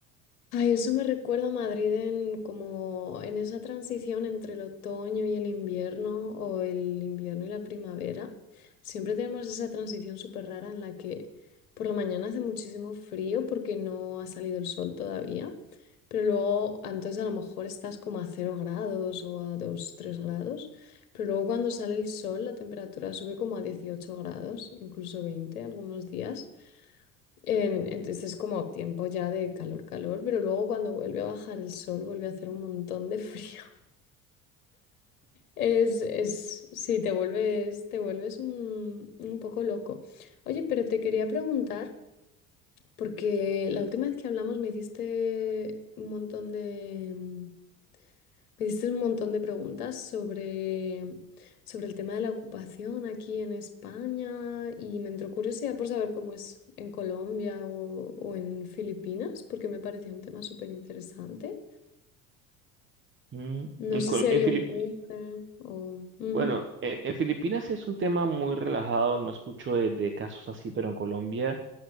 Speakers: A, on the left (about 70°); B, on the right (about 25°).
A: Ay, eso me recuerda a Madrid en como en esa transición entre el otoño y el invierno o el invierno y la primavera. Siempre tenemos esa transición súper rara en la que por la mañana hace muchísimo frío porque no ha salido el sol todavía, pero luego entonces a lo mejor estás como a cero grados o a 2 3 grados, pero luego cuando sale el sol la temperatura sube como a 18 grados, incluso 20 algunos días. En- entonces es como tiempo ya de calor, calor, pero luego cuando vuelve a bajar el sol vuelve a hacer un montón de frío. <laughs> Es, es, sí, te vuelves, te vuelves un, un poco loco. Oye, pero te quería preguntar, porque la última vez que hablamos me hiciste un montón de, Me hiciste un montón de preguntas sobre, sobre el tema de la ocupación aquí en España y me entró curiosidad por saber cómo es en Colombia o, o en Filipinas, porque me parecía un tema súper interesante.
B: Mm,
A: No
B: En,
A: sé
B: Col-
A: si ahí
B: en Filipinas.
A: ocurre o... Ujú.
B: Bueno, eh, en Filipinas sí es un tema muy relajado, no escucho de, de casos así, pero en Colombia